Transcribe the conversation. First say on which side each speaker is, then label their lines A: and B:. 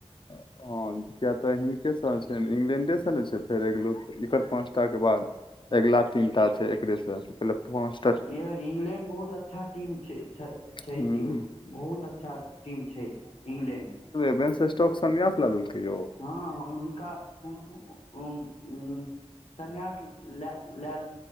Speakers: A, on the left (about 45°); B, on the left (about 75°).
A: अ हँ किया तऽ हिनके साथ छैनि, इंग्लेंडे सॅ नहि छै फेर अगिलो, एकर पाँचटा के बाद अगिला तीनटा छै एकरे। एकरा त पहिले पाॅच
B: यार इंग्लैंड बहुत अच्छा टीम छै छ छैथ
A: हूँ
B: यौ। बहुत अच्छा टीम छैथ इंग्लैंड।
A: ं वैंस स्टॉक सन्यास ल लेलकै यौ।
B: हँ हु हुनका उ- उ-उ ॐ उ सन्यास लए- लए-